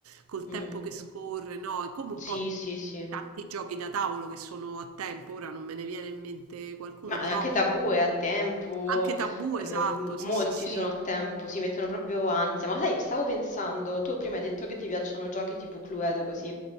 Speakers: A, on the right; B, on the left.
A: col
B: Mm,
A: tempo che scorre, no? È come un
B: Sì,
A: po'
B: sì, sì.
A: tanti giochi da tavolo che sono a tempo, ora non me ne viene in mente qualcuno,
B: Ma
A: però
B: anche Tabù è a tempo,
A: anche Tabù,
B: ehm,
A: esatto,
B: molti
A: sì, sì, sì.
B: sono a tempo, si mettono proprio ansia. Ma sai, stavo pensando, tu prima hai detto che ti piacciono giochi tipo Cluedo così.